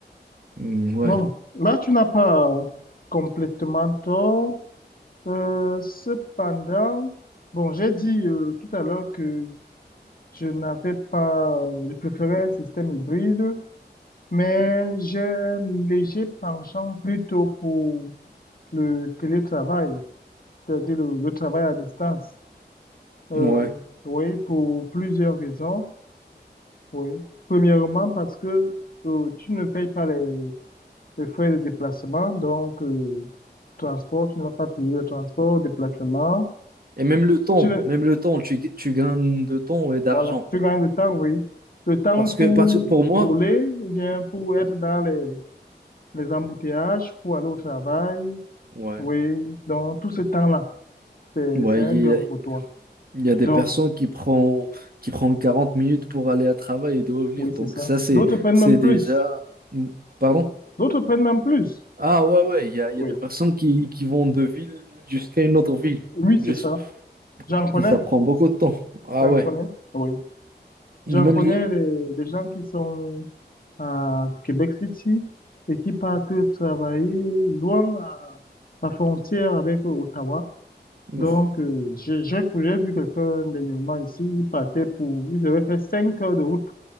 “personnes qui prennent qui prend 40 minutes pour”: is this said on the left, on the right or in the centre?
Right